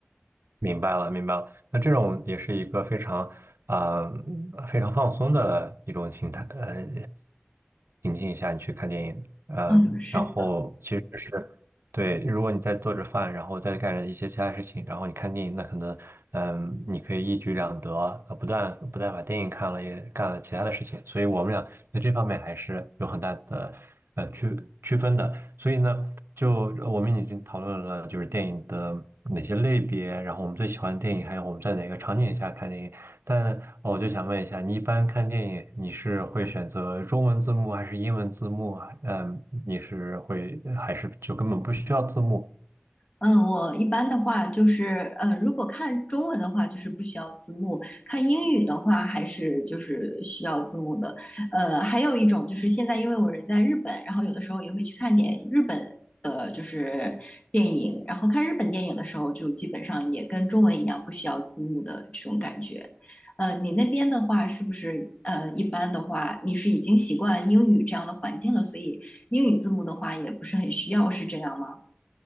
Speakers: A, on the right; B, on the left.
A: 明白了，明白了。那这种也是一个非常啊、呃非常放松的一种形态，呃，情境下你去看电影，嗯、
B: 嗯，是的。
A: 然后其实只是对，如果你在做着饭，然后再干着一些其他事情，然后你看电影，那可能嗯、你可以一举两得，呃不但不但把电影看了，也干了其他的事情。所以我们俩在这方面还是有很大的呃区区分的。所以呢，就呃我们已经讨论了就是电影的哪些类别，然后我们最喜欢的电影，还有我们在哪个场景下看电影。但我就想问一下，你一般看电影，你是会选择中文字幕还是英文字幕啊？嗯，你是会还是就根本不需要字幕？
B: 嗯，我一般的话就是，呃，如果看中文的话，就是不需要字幕；看英语的话，还是就是需要字幕的。呃，还有一种就是现在，因为我人在日本，然后有的时候也会去看点日本的，就是电影。然后看日本电影的时候，就基本上也跟中文一样，不需要字幕的这种感觉。呃，你那边的话，是不是呃，一般的话，你是已经习惯英语这样的环境了，所以英语字幕的话也不是很需要，是这样吗？